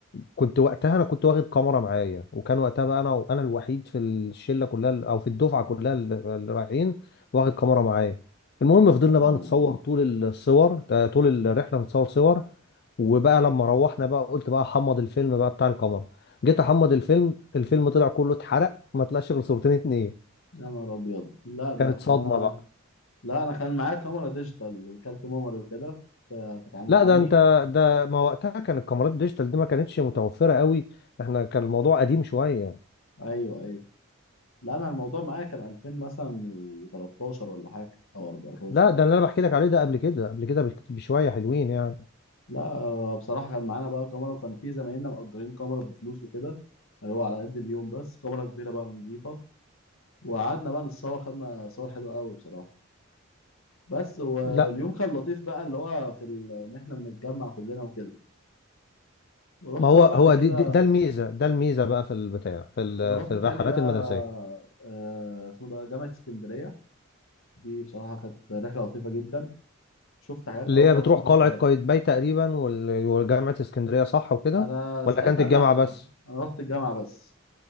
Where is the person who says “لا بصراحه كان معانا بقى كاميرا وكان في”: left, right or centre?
Left